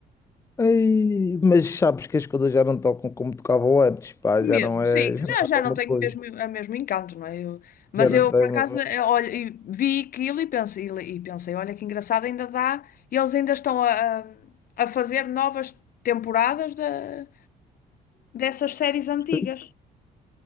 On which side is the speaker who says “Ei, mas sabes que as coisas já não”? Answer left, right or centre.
Left